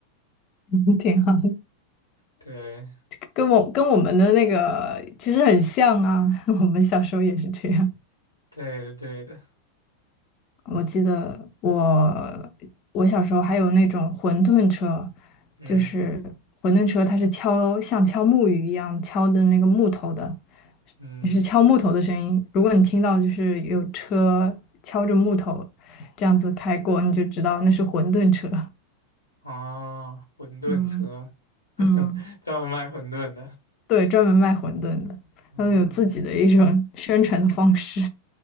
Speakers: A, on the left (about 35°); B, on the left (about 80°).
A: <laughs> 挺好。
B: 对，
A: 跟我跟我们的那个其实很像啊，<laughs> 我们小时候也是这样。
B: 对的，对的，
A: 我记得我我小时候还有那种馄饨车，
B: 嗯
A: 就是馄饨车，它是敲像敲木鱼一样敲的那个木头的，
B: 嗯，
A: 你是敲木头的声音。如果你听到就是有车敲着木头这样子开过，你就知道那是馄饨车。
B: 啊，馄饨车，
A: 嗯
B: <laughs>
A: 嗯，
B: 专门卖馄饨的，
A: 对，专门卖馄饨的，
B: 嗯，
A: 他们有自己的一种宣传的方式。